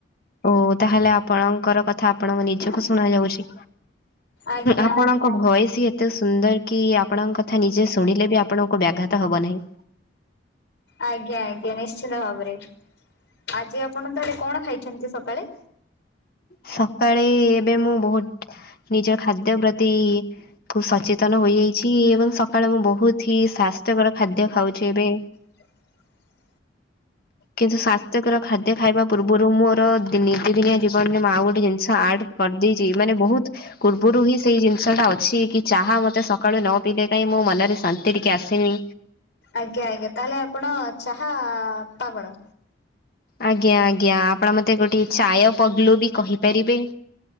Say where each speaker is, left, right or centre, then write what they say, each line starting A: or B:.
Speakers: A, on the left; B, on the left.
A: ଓ ତାହେଲେ ଆପଣଙ୍କର କଥା ଆପଣଙ୍କ ନିଜକୁ ଶୁଣ ଯାଉଛି
B: ଆଜ୍ଞା।
A: ଆପଣ ଭଏସ ଏତେ ସୁନ୍ଦର କି ଆପଣଙ୍କ କଥା ନିଜେ ଶୁଣିଲେ ବି ଆପଣଙ୍କୁ ବ୍ୟାଘାତ ହବ ନାହିଁ।
B: ଆଜ୍ଞା ଆଜ୍ଞା ନିଶ୍ଚିନ୍ତ ଭାବରେ ଆଜି ଆପଣ ତାହେଲେ କଣ ଖାଇଛନ୍ତି ସକାଳେ?
A: ସକାଳେ ଏବେ ମୁଁ ବହୁତ ନିଜ ଖାଦ୍ୟ ପ୍ରତି କୁ ସଚେତନ ହୋଇଯାଇଛି ଏବଂ ସକାଳେ ମୁଁ ବହୁତ ହି ସ୍ଵାସ୍ଥ୍ୟକର ଖାଦ୍ୟ ଖାଉଛି ଏବେ।
B: <inaudible>
A: କିନ୍ତୁ ସ୍ଵାସ୍ଥ୍ୟକର ଖାଦ୍ୟ ଖାଇବା ପୂର୍ବରୁ ମୋର ଦି ନିତିଦିନିଆ ଜୀବନ ମୁଁ ଆଉ ଗୋଟେ ଜିନିଷ ଆଡ୍ କରି ଦେଇଛି ମାନେ ବହୁତ୍ ପୂର୍ବରୁ ହିଁ ସେଇ ଜିନିଷ ଟା ଅଛି କି ଚାହା ମତେ ସକାଳୁ ନ ପିଇଲେ କାହିଁ ମୋ ମନରେ ଶାନ୍ତି ଟିକେ ଆସେନି।
B: ଆଜ୍ଞା ଆଜ୍ଞା ତାହେଲେ ଆପଣ ଚାହା ପାଗଳ।
A: ଆଜ୍ଞା ଆଜ୍ଞା ଆପଣ ମତେ ଗୋଟେ ଚାୟ ପଗଲୁ ବି କହିପାରିବେ।